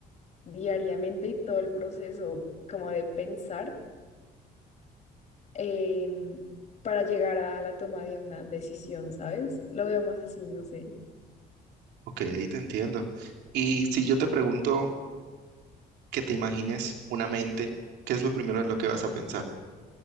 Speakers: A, on the left (about 45°); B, on the right (about 80°).
A: diariamente y todo el proceso como de pensar em, para llegar a la toma de una decisión, ¿sabes? Lo veo más así, no sé,
B: Ok, te entiendo. Y si yo te pregunto que te imagines una mente, ¿qué es lo primero en lo que vas a pensar?